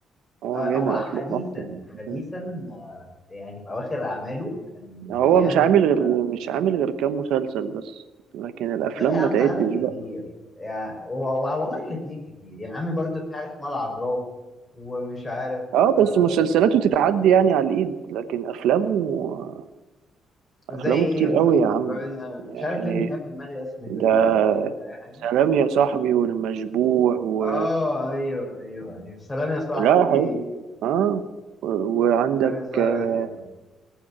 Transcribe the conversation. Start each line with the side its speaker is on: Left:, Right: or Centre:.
Right: هو
Left: آه،
Right: بيعمل
Left: هو حديثا
Right: افلام اكتر من
Left: حديثا
Right: مسلسلات
Left: آه، يعني في اواخر اعماله كان
Right: هو
Left: بيعمل
Right: مش عامل غير مش عامل غير كام مسلسل بس لكن الافلام
Left: لا يا
Right: ما
Left: عم
Right: تعدش
Left: عامل كتير
Right: بقى
Left: يعني و- و- والله الاتنين كتير يعني عامل برضو في حاجة اسمها العراف ومش عارف
Right: اه
Left: آه
Right: بس مسلسلاته تتعدي يعني على الايد لكن افلامه افلامه
Left: زي ايه
Right: كتير
Left: مثلا
Right: قوي يا
Left: فكرني
Right: عم
Left: انا مش
Right: يعني
Left: عارف ليه مش جاي في دماغي اسم الفيلم
Right: ده
Left: دي قول لي كده اي حاجة
Right: سلام يا صاحبي والمشبوح و
Left: اه ايوه ايوه ايوه سلام يا صاحبي
Right: لا حقيقي اه و- وعندك
Left: سلام يا صاحبي
Right: آه،
Left: يا جامد